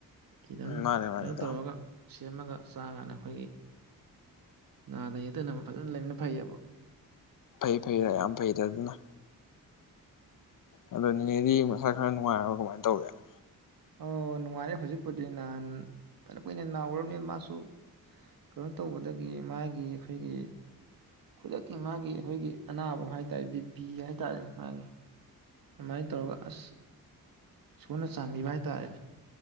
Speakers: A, on the right; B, on the left.
A: ꯈꯤꯇꯪ
B: ꯃꯥꯅꯦ ꯃꯥꯅꯦ
A: ꯀꯩꯅꯣ
B: ꯏꯇꯥꯎ
A: ꯇꯧꯔꯒ ꯁꯦꯝꯃꯒ ꯆꯥꯉꯥꯅ ꯑꯩꯈꯣꯏꯒꯤ ꯅꯥꯗ ꯌꯦꯛꯇꯅꯕ ꯐꯖꯅ ꯂꯩꯕꯅ ꯐꯩꯌꯦꯕ
B: ꯐꯩ ꯐꯩꯔ ꯌꯥꯝ ꯐꯩꯗ ꯑꯗꯨꯅ ꯑꯗꯣ ꯅꯤꯅꯦꯗꯤ ꯃꯁꯥ ꯈꯔ ꯅꯨꯡꯉꯥꯏꯔꯕ ꯀꯃꯥꯏꯅ ꯇꯧꯔꯒꯦ
A: ꯑꯣ ꯅꯨꯡꯉꯥꯏꯔꯦ ꯍꯧꯖꯤꯛꯄꯨꯗꯤ ꯅꯍꯥꯟ ꯐꯅ ꯀꯨꯏꯅ ꯅꯥꯎꯔꯝꯅꯦ ꯃꯥꯁꯨ ꯀꯩꯅꯣ ꯇꯧꯕꯗꯒꯤ ꯃꯥꯒꯤ ꯑꯩꯈꯣꯏꯒꯤ ꯈꯨꯗꯛꯀꯤ ꯃꯥꯒꯤ ꯑꯩꯈꯣꯏꯒꯤ ꯑꯅꯥꯕ ꯍꯥꯏ ꯇꯥꯔꯦ ꯕꯤꯄꯤ ꯍꯥꯏ ꯇꯥꯔꯦ ꯃꯥꯒꯤ ꯑꯗꯨꯃꯥꯏꯅ ꯇꯧꯔꯒ ꯑꯁ ꯏꯁꯣꯟꯅ ꯆꯥꯟꯕꯤꯕ ꯍꯥꯏꯇꯥꯥꯔꯦ